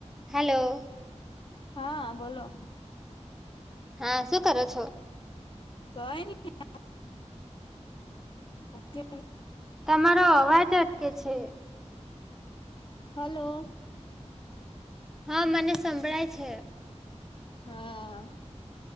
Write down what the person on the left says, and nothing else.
હા બોલો
<unintelligible> ઓકે
હલો
હા